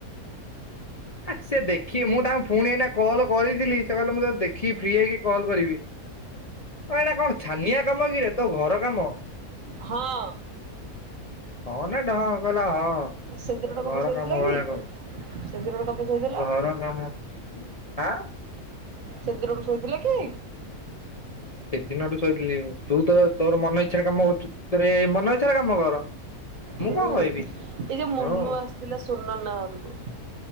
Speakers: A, on the left (about 35°); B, on the right (about 65°).
A: ଆ ସିଏ ଦେଖିବେ ମୁଁ ତାଙ୍କୁ ଫୁଣି ଏଇନା କଲ୍ କରିଥିଲି ସେ କହିଲେ ମୁଁ ତତେ ଦେଖିକି ଫ୍ରି ହେଇକି କଲ୍ କରିବି। ହଁ ଏଇଟା କଣ ଛାନିଆ କାମ କିରେ ତୋ ଘର କାମ।
B: ହଁ।
A: ହଁ ନା ଢ କହିଲା ହଁ
B: ସେ ଦିନଟା କଣ
A: ଘର
B: ପାଇଁ ଶୋଇଥିଲା
A: କାମ
B: କି?
A: ଭଳିଆ କହୁ।
B: ସେ ଦିନଟା କଣ ପାଇଁ ଶୋଇଥିଲା?
A: ଘର କାମ ଆଁ।
B: ସେଦିନ ଠୁ ଶୋଇଥିଲେ କି?
A: ସେଦିନଠୁ ଶୋଇଥିଲି ତୁ ତୋ-ତୋର ମନ ଇଚ୍ଛାରେ କାମ କରୁଛୁ ତୋର ଏ ମନ ଇଚ୍ଛାରେ କାମ କର। ମୁଁ
B: ହୁଁ
A: କଣ କହିବି
B: ଏ ଯୋଉ ମୁନୁ
A: ହଉ
B: ଆସିଥିଲା ସୁନନା ଘରକୁ।